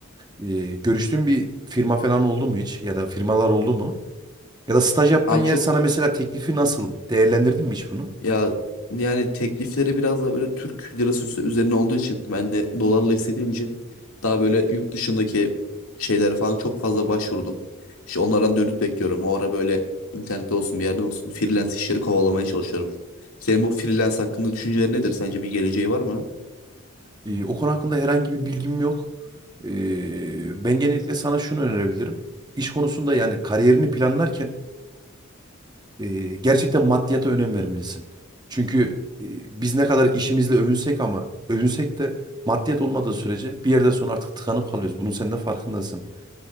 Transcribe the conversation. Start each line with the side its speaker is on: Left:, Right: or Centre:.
Right: E, görüştüğün bir firma falan oldu mu hiç ya da firmalar oldu mu? Ya da staj yaptığın
Left: Abi
Right: yer
Left: çok
Right: sana mesela teklifi nasıl? Değerlendirdin mi hiç bunu?
Left: Ya yani teklifleri biraz da böyle Türk lirası üstü- üzerine olduğu için ben de dolarla istediğim için daha böyle yurt dışındaki şeylere falan çok fazla başvurdum. İşte onlardan dönüt bekliyorum. O ara böyle internette olsun bir yerde olsun freelance işleri kovalamaya çalışıyorum. Senin bu freelance hakkında düşüncelerin nedir? Sence bir geleceği var mı?
Right: E, o konu hakkında herhangi bir bilgim yok. E, ben genellikle sana şunu önerebilirim. İş konusunda yani kariyerini planlarken e, gerçekten maddiyata önem vermelisin. Çünkü e, biz ne kadar işimizle övünsek ama övünsek de maddiyat olmadığı sürece bir yerden sonra artık tıkanıp kalıyoruz. Bunun sen de farkındasın.